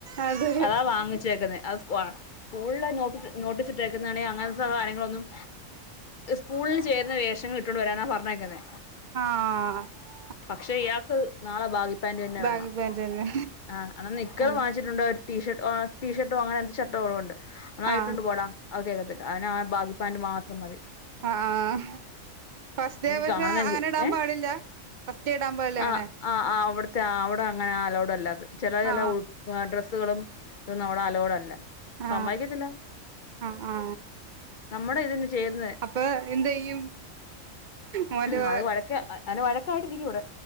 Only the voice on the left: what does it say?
അതാ വാങ്ങിച്ചേക്കുന്നേ അത് സ്കൂൾ ആ സ്കൂളിലെ നോട്ടീസ് നോട്ടീസ് ഇട്ടേക്കുന്നെ ആണെ ഈ അങ്ങനത്തെ കാര്യങ്ങളൊന്നും സ്കൂളിന് ചേരുന്ന വേഷങ്ങൾ ഇട്ടോണ്ട് വരാന പറഞ്ഞേക്കുന്നെ
പക്ഷെ ഇയാൾക്ക് നാളെ ബാഗിപ്പാന്റ് തന്നെ
വേണം
ആഹ് എന്നാ നിക്കർ
വാങ്ങിച്ചിട്ടുണ്ട് ടീ ഷർ്ട്ട് ഏഹ് ടീ ഷർട്ടും അങ്ങനെ എന്തു ഷർട്ടുകളോ ഉണ്ട് എന്നാ അത്
ഇട്ടോണ്ട് പോടാ അത് കേൾക്കത്തില്ല അവന് ആ ബഗിപ്പാൻ്റ് മാത്രം മതി
എനിക്ക്
കാണുന്ന
എനിക്ക്
ഏഹ്
ആഹ്
ആഹ് ആഹ് അവിടുത്തെ അവിടെ അങ്ങനെ അലോഡ് അല്ലാത് ചില ചില
ഡ്രസ്സുകളും ഇതെന്നും അവിടെ അല അലോട് അല്ല
നമ്മതിക്കത്തില്ല
നമ്മടെ ഇതിന് ചേരുന്ന
ഉം അത് വഴക്ക് അന് വഴക്കായിട്ടിരിക്കും ഇവിടെ